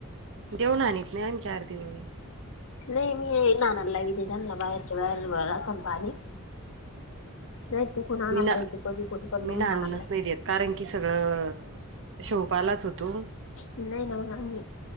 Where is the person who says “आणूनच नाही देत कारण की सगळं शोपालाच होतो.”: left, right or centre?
Right